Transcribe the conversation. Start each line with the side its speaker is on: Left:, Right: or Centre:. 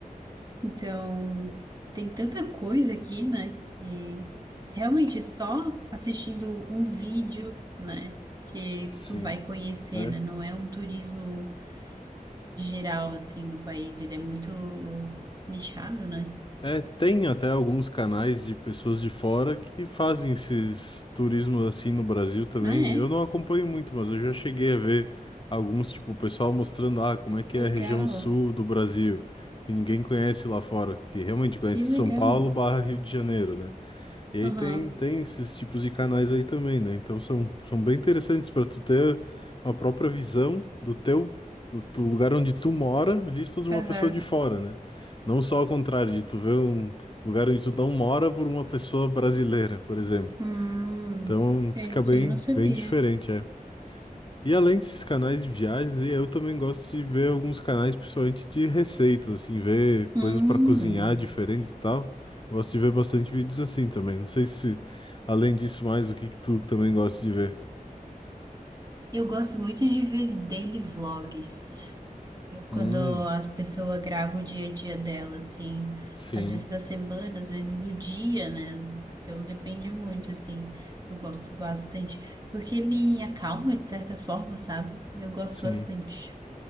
Right: Então, tem tanta coisa aqui, né, que realmente só assistindo um vídeo, né, que
Left: Sim.
Right: tu vai conhecer,
Left: É.
Right: né, não é um turismo geral, assim, do país, ele é muito nichado, né?
Left: É, tem até alguns canais de pessoas de fora que fazem esses turismos assim no Brasil também.
Right: Ah, é?
Left: Eu não acompanho muito, mas eu já cheguei a ver alguns, tipo, o pessoal mostrando, ah, como é que
Right: Legal,
Left: é a região sul do Brasil, que ninguém conhece lá fora, que realmente conhece
Right: que legal.
Left: São Paulo barra Rio de Janeiro, né? E aí
Right: Aham,
Left: tem, tem esses tipos de canais aí também, né? Então são, são bem interessantes para tu ter uma própria visão do teu, do tu- lugar onde tu mora, visto de uma
Right: aham.
Left: pessoa de fora, né? Não só ao contrário, de tu ver um lugar onde tu não mora por uma pessoa brasileira, por exemplo.
Right: Hum,
Left: Então
Right: esse
Left: fica bem,
Right: eu não sabia.
Left: bem diferente, é. E além desses canais de viagens, eu também gosto de ver alguns canais, principalmente de receitas, assim, ver coisas
Right: Hum.
Left: para cozinhar diferentes e tal. Gosto de ver bastante vídeos assim também. Não sei se, além disso, mais o que que tu também gosta de ver.
Right: Eu gosto muito de ver daily vlogs.
Left: Hum,
Right: Quando as pessoas gravam o dia a dia dela, assim,
Left: sim,
Right: às vezes da semana, às vezes do dia, né? Então depende muito, assim. Eu gosto bastante, porque me acalma de certa forma, sabe? Eu gosto
Left: sim,
Right: bastante.